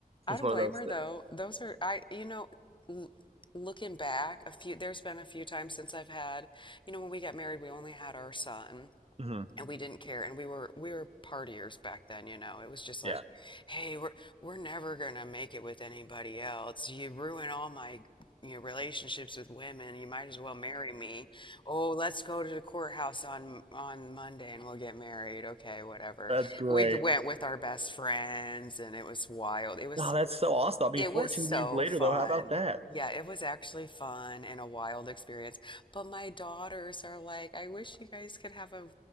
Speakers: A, on the left; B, on the right.
A: I
B: it's
A: don't
B: one
A: blame
B: of those
A: her
B: things.
A: though. Those are I you know l looking back a few there's been a few times since I've had you know when we got married we only had our son.
B: hmm
A: and we didn't care and we were we were partiers back then you know it was just like
B: Yeah,
A: hey we're we're never gonna make it with anybody else you ruin all my you know, relationships with women you might as well marry me oh let's go to the courthouse on on Monday and we'll get married okay whatever
B: that's great.
A: we went with our best friends and it was wild it was
B: Oh, that's so awesome. I mean,
A: it
B: 14
A: was so
B: years later,
A: fun.
B: though, how about that?
A: Yeah, it was actually fun and a wild experience. But my daughters are like, I wish you guys could have a